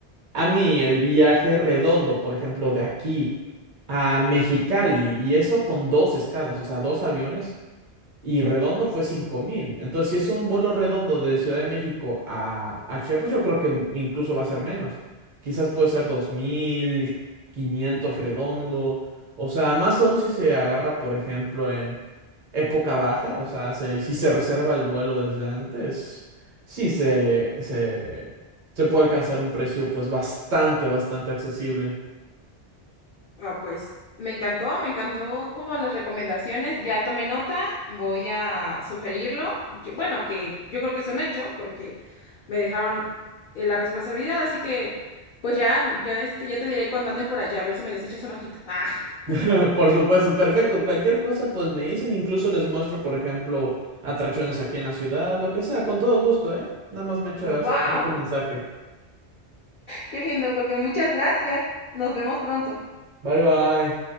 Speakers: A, on the right; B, on the left.
A: a mí el viaje redondo, por ejemplo, de aquí a Mexicali, y eso con dos escalas, o sea, dos aviones Y redondo fue cinco mil Entonces, si es un vuelo redondo de Ciudad de México a, a Chiapas, yo creo que incluso va a ser menos. Quizás puede ser dos mil quinientos redondo. O sea, más aún si se agarra, por ejemplo, en época baja. O sea, se- si se reserva el vuelo desde antes, sí se, se, se puede alcanzar un precio pues bastante, bastante accesible.
B: Ah, pues me encantó, me encantó como las recomendaciones, ya tomé nota, voy a sugerirlo. Yo- bueno, que yo creo que es un hecho porque me dejaron eh, la responsabilidad, así que pues ya ya este ya te diré cuando ande por allá a ver si me les echas un ojito. Ah, <laughs>
A: <laughs> Por supuesto, perfecto. Cualquier cosa, pues me dicen, incluso les muestro, por ejemplo, atracciones aquí en la ciudad, lo que sea, con todo gusto, ¿eh? Nada más me echas
B: wow.
A: ahora sí tu mensaje.
B: Qué lindo, porque muchas gracias. Nos vemos pronto.
A: Bye bye.